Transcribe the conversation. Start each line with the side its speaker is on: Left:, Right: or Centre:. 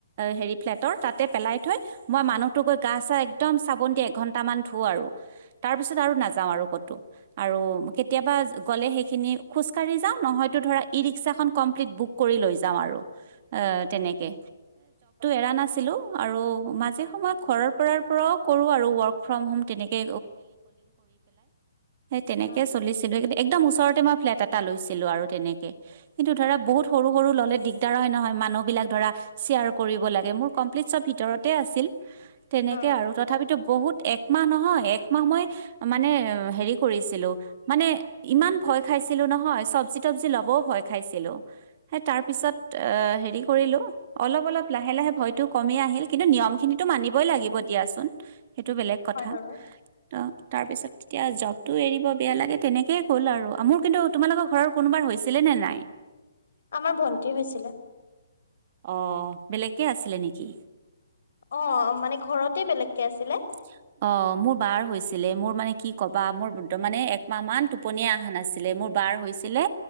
Right: হে ফ্ তাতে পেলাই থৈ মই মানুহত গৈ গা চা একদম চাবোন দিিয় এঘন্টামান ধুওঁ আৰু তাৰ পিছত আৰু নাযাওঁ আৰু ক'তো আৰু কেতিয়াবা গ'লে সেইখিনি খোজকাঢি যাওঁ নহয়ো ধৰা ই ৰিক্াখন কমপ্লিট বুক লৈ য আৰু তেনেকে এৰা নাছিলো আৰু মাজে সময়ত ঘৰৰ পৰাাৰ পৰাও কৰো আৰু ৱৰ্ক ফ্ৰম হোম তেনেকে তেনেকৈ
Left: উম,
Right: চলিছিলোঁ একদম ওচৰতে মই ফ্লেট এটা লৈছিলোঁ আৰু তেনেকৈ কিন্তু ধৰা বহুত সৰু সৰু ল'লে দিগদাৰ হয় নহয় মানুহবিলাক ধৰা শ্বেয়াৰ কৰিব লাগে মোৰ কমপ্লিট চব ভিতৰতে আছিল তেনেকে
Left: অ',
Right: আৰু তথাপিতো বহুত একমাহ নহয় একমাহ মই মানে হেৰি কৰিছিলো মানে ইমান ভয় খাইছিলো নহয় চবজি তবজি লবও ভয় খাইছিলো সেই তাৰ পিছত অ হেৰি কৰিলো অলপ অলপ লাহে লাহে ভয়তো কমেই আহিল কিন্তু নিয়ম খিনিতো মানিবই লাগিব দিয়াচোন সেইটো বেলেগ কথা
Left: হয় বাৰু।
Right: ত তাৰপিছত তেতিয়া জব ো এৰিব বেয়া লাগে তেনেকেই গ'ল আৰু মোৰ কিন্তু তোমালোকৰ ঘৰত কোনোবাৰ হৈছিলে নে নাই
Left: আমাৰ ভণ্টি হৈছিলে
Right: অ বেলেগকে আছিলে নেকি
Left: অ মানে ঘৰতে বেলেগকে আছিলে
Right: আচ্ছা অ মোৰ বাৰ হৈছিলে মোৰ মানে কি কবা মোৰ মানে একমাহ মান টোপনীয়া অহা নাছিলে মোৰ বাৰ হৈছিলে